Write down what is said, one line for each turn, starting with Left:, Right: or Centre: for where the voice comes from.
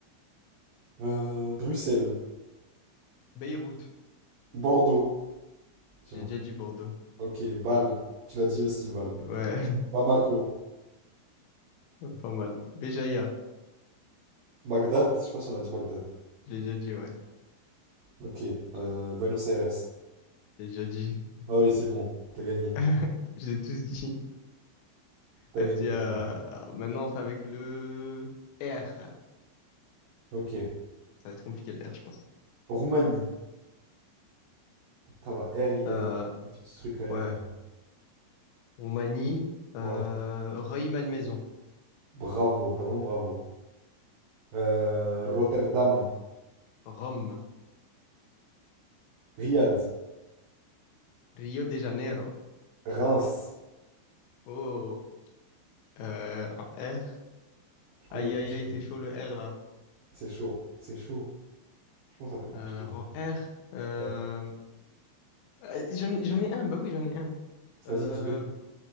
Right: euh, Bruxelles,
Left: Beyrouth,
Right: Bordeaux. Tiens.
Left: j'ai déjà dit Bordeaux,
Right: Ok, Bâle. Tu l'as dit aussi, Bâle.
Left: ouais,
Right: Bamako,
Left: <laughs> pas mal, Béjaïa,
Right: Bagdad. Je sais pas si on a dit Bagdad.
Left: j'ai déjà dit, ouais,
Right: Ok, euh, Buenos Aires.
Left: j'ai déjà dit,
Right: Ah, allez, c'est bon. T'as gagné.
Left: <laughs> j'ai tous dit.
Right: T'as
Left: Vas-y,
Right: gagné, t'as
Left: euh,
Right: gagné.
Left: maintenant c'est avec le R, ça
Right: Ok.
Left: va être compliqué le R, je pense.
Right: Roumanie. Ça va. R, il y
Left: Euh,
Right: a des petits trucs quand même.
Left: ouais, Roumanie, euh,
Right: Ouais.
Left: Rueil-Malmaison,
Right: Bravo, vraiment bravo. Euh, Rotterdam,
Left: Rome,
Right: Riyad,
Left: Rio de Janeiro,
Right: Reims.
Left: oh, euh, un R.
Right: Je connais
Left: Aïe,
Right: pas.
Left: aïe, aïe, c'est chaud le R là.
Right: C'est chaud. C'est chaud. Franchement, c'est un peu compliqué.
Left: Euh, en R, euh,
Right: Ouais.
Left: euh, j'en, j'en ai un, bah oui, j'en ai un. Euh,
Right: Vas-y, dis-le.